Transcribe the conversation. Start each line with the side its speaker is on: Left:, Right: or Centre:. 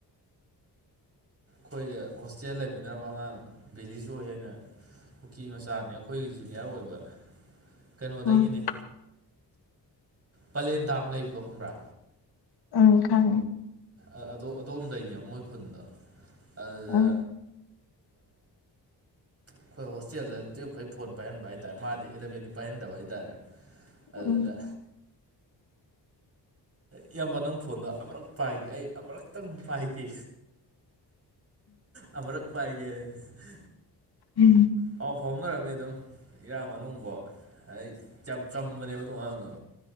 Right: ꯈꯣꯏꯗꯥ ꯍꯣꯁꯇꯦꯜ ꯂꯩꯃꯤꯟꯅꯔꯝꯕꯥ ꯑꯉꯥꯡ ꯚꯦꯂꯤꯖꯣꯏ ꯍꯥꯏꯅ ꯀꯨꯀꯤ ꯃꯆꯥꯅꯦ ꯑꯩꯈꯣꯏꯒꯤ ꯖꯨꯅꯤꯌꯔ ꯑꯣꯏꯕ꯫ ꯀꯩꯅꯣꯗꯒꯤꯅꯦ
Left: ꯎꯝ
Right: ꯄꯂꯦꯟ ꯗꯥꯝ ꯂꯩꯕꯗꯣ ꯈꯪꯕ꯭ꯔꯥ꯫
Left: ꯎꯝ ꯈꯪꯉꯦ꯫
Right: ꯑꯥ ꯑꯗꯣꯝꯗꯒꯤꯅꯦꯕꯥ ꯃꯣꯏ ꯈꯨꯟꯗꯣ ꯑꯗꯨꯗ
Left: ꯎꯝ
Right: ꯑꯈꯣꯏ ꯍꯣꯁꯇꯦꯜꯗꯥ ꯇꯨꯌꯦꯞꯈꯩ ꯐꯣꯟ ꯄꯥꯏꯍꯟꯕ ꯍꯥꯏ ꯇꯥꯔꯦ ꯃꯥꯗꯤ ꯑꯦꯂꯥꯕꯦꯟꯗꯤ ꯄꯥꯏꯍꯟꯗꯕꯥ ꯍꯥꯏꯇꯥꯔꯦ ꯑꯗꯨꯗ
Left: ꯎꯝ
Right: ꯏꯌꯥꯝꯕ ꯅꯪ ꯐꯣꯟꯗꯣ ꯑꯃꯨꯔꯛ ꯄꯥꯏꯒꯦ ꯑꯩ ꯑꯃꯨꯔꯛꯇꯪ ꯄꯥꯏꯒꯦ ꯑꯃꯨꯔꯛ ꯄꯥꯏꯒꯦ ꯍ <unintelligible>
Left: ꯎꯝ꯫
Right: ꯄꯥꯎ ꯐꯥꯎꯅꯔꯝꯃꯦ ꯑꯗꯨꯝ ꯏꯔꯥꯡ ꯃꯅꯨꯡꯐꯥꯎ ꯍꯥꯏꯗꯤ ꯌꯥꯝ ꯆꯝꯕꯅꯦꯕ ꯑꯗꯨ ꯑꯉꯥꯡꯗꯣ꯫